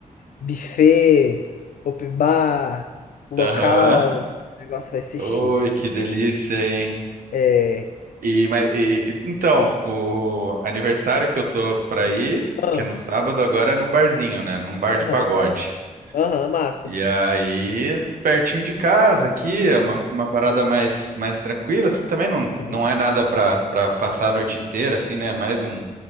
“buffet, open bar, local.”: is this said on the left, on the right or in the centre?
Left